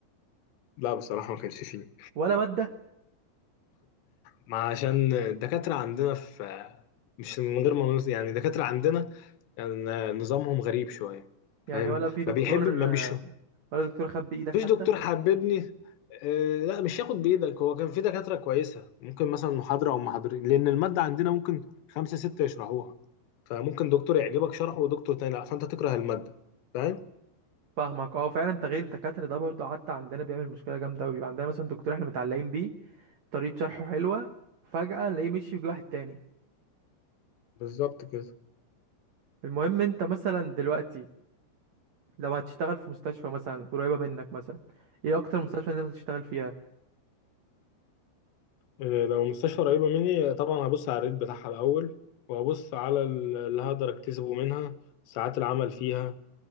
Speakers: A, on the left; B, on the right.
A: لا بصراحة ما كانش فيه
B: ولا مادة
A: ما عشان الدكاترة عندنا في مش من غير ما نقول- يعني الدكاترة عندنا يعني نظامهم غريب شوية
B: يعني
A: فاهم
B: ولا في دكتور
A: ما بيحب ما
B: آه،
A: بيش
B: ولا دكتور خد بايدك
A: مفيش
B: حتى
A: دكتور حببني آه لا مش هياخد بإيدك هو كان في دكاترة كويسة ممكن مثلا محاضرة أو محاضرين لأن المادة عندنا ممكن خمسة ستة يشرحوها فممكن دكتور يعجبك شرحه ودكتور تاني لا فأنت تكره المادة فاهم
B: فاهمك اه فعلا تغيير الدكاترة ده برضو حتى عندنا بيعمل مشكلة جامدة اوي بيبقى عندنا مثلا دكتور احنا متعلقين بيه طريقة شرحه حلوة فجأة نلاقيه مشي ويجي واحد تاني
A: بالظبط كده
B: المهم انت مثلا دلوقتي لو هتشتغل في مستشفى مثلا قريبة منك مثلا ايه اكتر مستشفى انت تشتغل فيها
A: آه، لو مستشفى قريبة مني طبعا هبص على الريت بتاعها الأول وهبص على ال- اللي هقدر أكتسبه منها ساعات العمل فيها